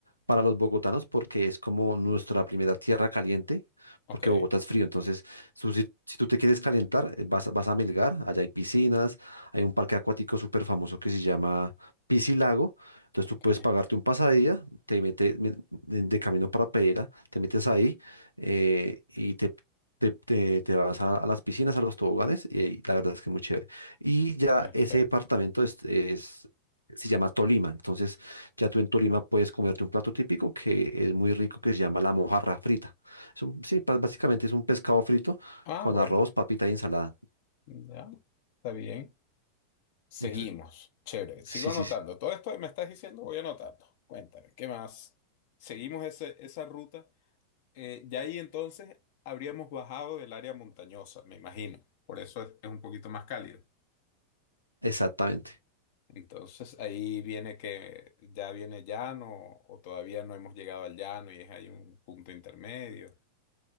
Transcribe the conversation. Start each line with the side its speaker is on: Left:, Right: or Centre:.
Right: para los bogotanos porque es como nuestra primera tierra caliente,
Left: ok,
Right: porque Bogotá es frío. Entonces, su- si, si tú te quieres calentar, eh, vas, a- vas a Melgar, allá hay piscinas, hay un parque acuático súper famoso que se llama Piscilago. Entonces,
Left: ok,
Right: tú puedes pagarte un pasadía, te metes me- de de camino para Pereira, te metes ahí eh, y te, te, te- te vas a, a las piscinas, a los toboganes, y ahí la verdad es que es muy chévere. Y ya
Left: perfecto.
Right: ese departamento es, es- se llama Tolima. Entonces, ya tú en Tolima puedes comerte un plato típico que es muy rico, que se llama la mojarra frita. Es un- sí, pa- básicamente es un pescado frito
Left: Ah,
Right: con
Left: bueno,
Right: arroz, papita y ensalada.
Left: ya, está bien. Seguimos,
Right: Entonces,
Left: chévere, sigo
Right: sí,
Left: anotando.
Right: sí, sí,
Left: Todo esto que me estás diciendo, voy anotando. Cuéntame, ¿qué más? Seguimos ese- esa ruta. Eh, ya ahí entonces habríamos bajado del área montañosa, me imagino. Por eso es, es un poquito más cálido.
Right: exactamente.
Left: Entonces ahí viene que ya viene llano o todavía no hemos llegado al llano y es ahí un punto intermedio.